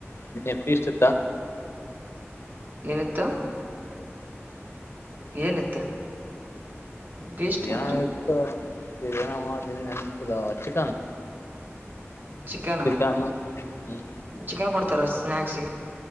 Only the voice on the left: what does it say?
ನಿನ್ನೆ ಪೀಸ್ತ್ತ
ಏನ
ಇತ್ತು ಈ ಏನ ಮಾಡ್ತೀನಿ ನೆನ್ ಚಿಕನ್
ಚಿಕನ್ ಹ್ಮ್